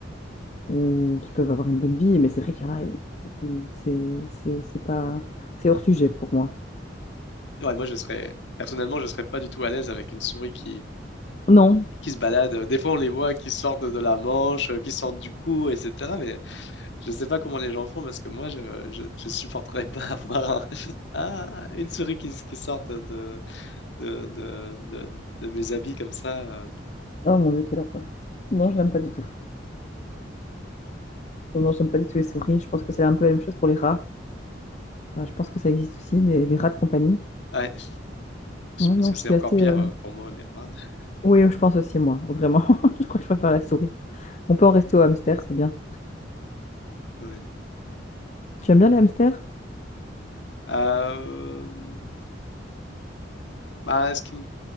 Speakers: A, on the left; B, on the left.
A: ou qui peuvent avoir une bonne vie, mais c'est vrai qu'il y en a, euh, c'est c'est- c'est pas... C'est hors sujet pour moi.
B: Ouais, moi, je serais... Personnellement, je serais pas du tout à l'aise avec une souris qui...
A: Non.
B: qui se balade. Des fois, on les voit qui sortent de la manche, euh, qui sortent du cou, etc. Mais je sais pas comment les gens font parce que moi, je, je, je supporterais pas <laughs> avoir un- ah, une souris qui, qui sorte de, de, de, de- de mes habits comme ça. euh.
A: Oh mon Dieu, quelle horreur. Non, je l'aime pas du tout. Non, non, j'aime pas du tout les souris. Je pense que c'est un peu la même chose pour les rats. Euh, je pense que ça existe aussi, des, des rats de compagnie.
B: Ouais, je
A: Ouais,
B: pense
A: non,
B: que
A: je
B: c'est
A: suis
B: encore
A: assez...
B: pire
A: euh,
B: euh, pour moi, les rats. <laughs>
A: Oui, je pense aussi, moi, vraiment. <laughs> Je crois que je préfère la souris. On peut en rester au hamster, c'est bien.
B: Ouais.
A: Tu aimes bien les hamsters?
B: Euh, bah, ce qui me-